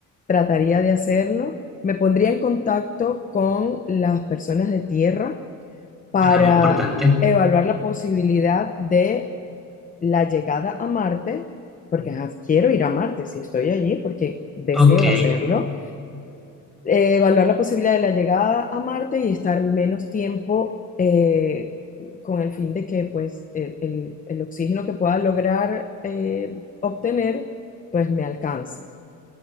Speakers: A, on the left (about 25°); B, in the centre.
A: trataría de hacerlo. Me pondría en contacto con las personas de tierra para
B: Ah, muy importante.
A: evaluar la posibilidad de la llegada a Marte, porque ajá, quiero ir a Marte si estoy allí, porque deseo
B: Ok.
A: hacerlo eh, evaluar la posibilidad de la llegada a Marte y estar menos tiempo eh, con el fin de que pues el, el- el oxígeno que pueda lograr eh, obtener pues me alcance.